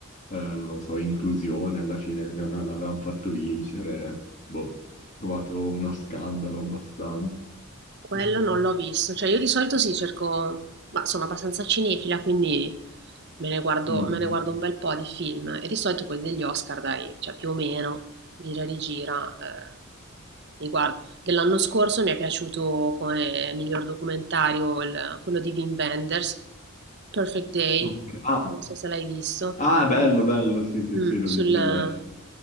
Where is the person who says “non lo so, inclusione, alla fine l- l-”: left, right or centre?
Left